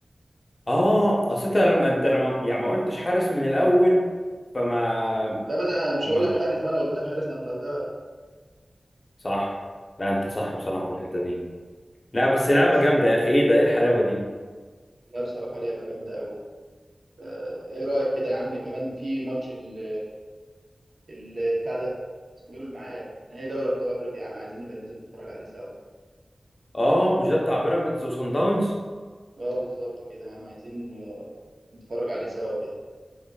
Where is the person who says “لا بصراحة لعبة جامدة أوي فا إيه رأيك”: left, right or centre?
Right